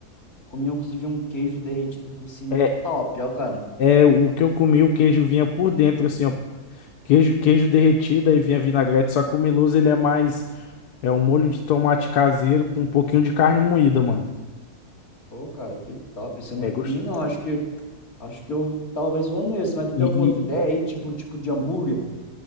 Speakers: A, on the left; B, on the left.
A: Eu comi um que tive um queijo derretido por cima,
B: É,
A: é top, ó, cara.
B: é o que eu comi, o queijo vinha por dentro, assim, ó. Queijo, queijo derretido e vinha vinagrete, só que o Miloso ele é mais. É um molho de tomate caseiro com um pouquinho de carne moída, mano.
A: Pô, cara, que top. Esse eu nunca
B: É
A: comi,
B: gostoso.
A: não. Acho que, acho que eu talvez vou nesse. Mas tu
B: E,
A: tem alguma outra
B: e,
A: ideia aí? Tipo, tipo de hambúrguer?